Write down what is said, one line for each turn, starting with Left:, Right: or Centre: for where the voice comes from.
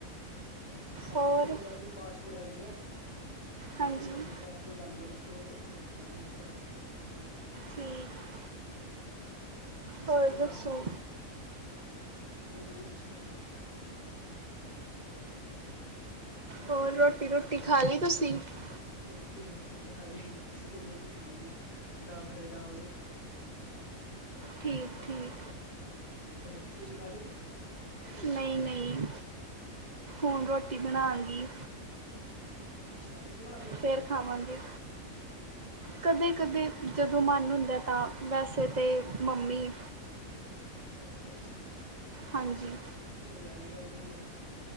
Left: ਸਾਡੇ
Right: ਹੋਰ
Left: ਇੱਥੇ ਪੰਜਾਬੀ ਫਾਸਟ ਫੂਡ ਹੈਗੇ ਨੇ।
Right: ਹਾਂਜੀ
Left: ਪੰਜਾਬੀ ਫਾਸਟ ਫੂਡ ਲਾਉਂਦੇ ਨੇ। ਡੋ ਉੱਥੇ ਦਾ ਖਾਣਾ ਮੈਂ ਸਪੈਸ਼ਲ
Right: ਠੀਕ ਹੋਰ
Left: ਸਿੱਖ
Right: ਦੱਸੋ
Left: ਭਰਾ ਆਪਣੇ ਹੋਰ ਜੀ ਬਸ ਵਧੀਆ।
Right: ਹੋਰ ਰੋਟੀ ਰੁਟੀ ਖਾ ਲਈ ਤੁਸੀ ।
Left: ਰੋਟੀ ਹਾਲੇ ਕਿੱਥੇ ਖਾਣੀ ਹੈ ।ਅਸੀਂ ਤਾਂ ਲੇਟ ਖਾਂਦੇ ਹਾਂ। ਦੱਸ ਹਰੇੇ ਦੱਸ ਵਜੇ
Right: ਠੀਕ ਠੀਕ
Left: ਰੋਟੀ ਤੁਸੀਂ ਖਾ ਲਿੱਤੀ
Right: ਨਹੀਂ ਨਹੀਂ ਹੁਣ ਰੋਟੀ ਬਣਾਗੀ।
Left: ਅੱਛਾ! ਤੁਸੀਂ ਬਣਾਉਂਦੇ ਰੋਟੀ
Right: ਫਿਰ ਖਾਵਾਂਗੇ। ਕਦੇ ਕਦੇ ਜਦੋਂ ਮਨ ਹੁੰਦਾ ਤਾਂ, ਵੈਸੇ ਤਾਂ ਮੰਮੀ,
Left: ਅੱਛਾ, ਅੱਛਾ
Right: ਹਾਂਜੀ
Left: ਚਲੋ! ਇਹ ਵੀ ਗੱਲ ਵਧੀਆ।